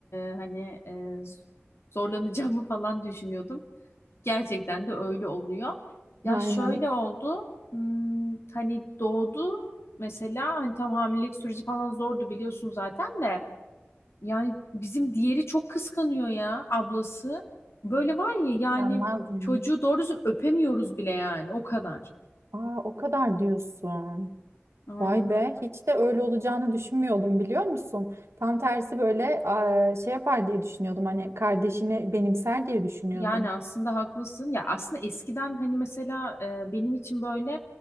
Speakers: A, on the left; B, on the right.
A: e, hani e, z- zorlanacağımı falan düşünüyordum. Gerçekten de öyle oluyor. Ya
B: Aynen.
A: şöyle oldu hmm, hani doğdu mesela hani tam hamilelik süreci falan zordu biliyorsun zaten de. Yani bizim diğeri çok kıskanıyor ya ablası. Böyle var ya yani
B: Gelmez mi?
A: çocuğu doğru düzgün öpemiyoruz bile yani o kadar.
B: Aa, o kadar diyorsun.
A: Aynen
B: Vay be
A: öyle.
B: hiç de öyle olacağını düşünmüyordum biliyor musun? Tam tersi böyle aa, şey yapar diye düşünüyordum hani kardeşini benimser diye düşünüyordum.
A: Yani aslında haklısın. Ya aslında eskiden hani mesela e, benim için böyle